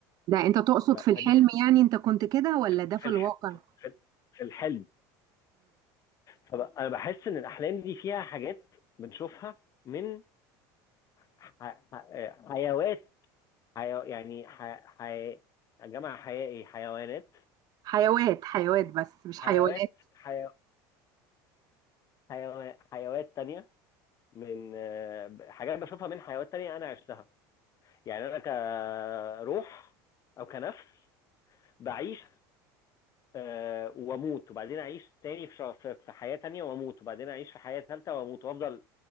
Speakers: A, on the right (about 45°); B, on the left (about 35°).
A: ده انت تقصد
B: ف-
A: في الحلم
B: فدي ح-
A: يعني انت كنت كده ولا
B: في
A: ده في
B: في الح-
A: الواقع
B: في- في في الحلم فانا بحس ان الاحلام دي فيها حاجات بنشوفها من ح- ح- حيوات حيو يعني ح... حي... يا جماعه حياة ايه حيوانات
A: حيوات حيوات بس مش حيوانات
B: حيوات حيو... حيو... حيوات تانية من آه، حاجات بشوفها من حيوانات تانية انا عشتها يعني انا كروح او كنفس بعيش آه، واموت وبعدين اعيش تاني في ش- في- في حياة تانية واموت وبعدين اعيش في حياة تالتة واموت وافضل